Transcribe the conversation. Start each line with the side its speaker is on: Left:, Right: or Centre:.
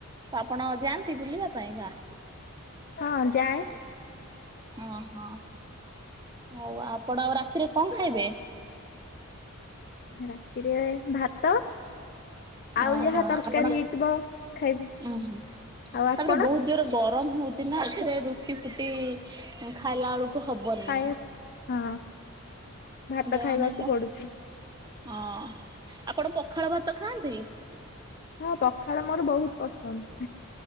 Right: ତ ଆପଣ ଯାଆନ୍ତି ବୁଲିବା ପାଇଁ ଗାଁ?
Left: ହଁ ଯାଏ।
Right: ଅଁ ହଁ ହଉ ଆପଣ ଆଉ ରାତିରେ କଁ ଖାଇବେ?
Left: ରାତିରେ ଭାତ। ଆଉ
Right: ଅହ
Left: ଯାହା
Right: ଆପଣ
Left: ତରକାରୀ ହେଇଥିବ
Right: ଅଁ
Left: ଖାଇବି
Right: ହଁ ତାପରେ
Left: ଆଉ ଆପଣ
Right: ବହୁତ ଜୋର ଗରମ ହୋଉଚି ନାଁ ଏଥିରେ ରୁଟି ଫୁଟି ଖାଇଲା ଅଳୁ କୁ ହବନି
Left: ଖାଇବା ହଁ ଭାତ
Right: ଦେ
Left: ଖାଇବାକୁ
Right: ମାନେ କ
Left: ପଡୁଛି
Right: ହଁ ଆପଣ ପଖାଳ ଭାତ ଖାଆନ୍ତି?
Left: ହଁ ପଖାଳ ମୋର ବହୁତ ପସନ୍ଦ।